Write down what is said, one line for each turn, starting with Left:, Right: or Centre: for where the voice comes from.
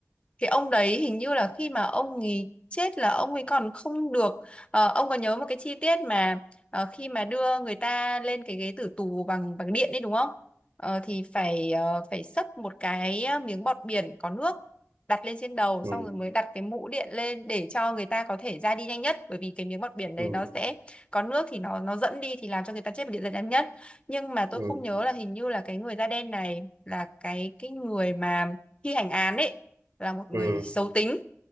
Left: cái ông đấy hình như là khi mà ông ấy chết là ông ấy còn không được ờ, ông có nhớ một cái chi tiết mà ờ, khi mà đưa người ta lên cái ghế tử tù bằng bằng điện đấy đúng không Ờ, thì phải ờ, phải xấp một cái miếng bọt biển có nước đặt lên trên đầu
Right: ừ
Left: xong rồi mới đặt cái mũ điện lên để cho người ta có thể ra đi nhanh nhất bởi vì cái miếng bọt biển đấy
Right: ừ
Left: nó sẽ có nước thì nó nó dẫn đi thì làm cho người ta chết một điện nhanh nhất nhưng mà tôi
Right: ừ
Left: không nhớ là hình như là cái người da đen này là cái cái người mà thi hành án ấy là một người
Right: ừ
Left: xấu tính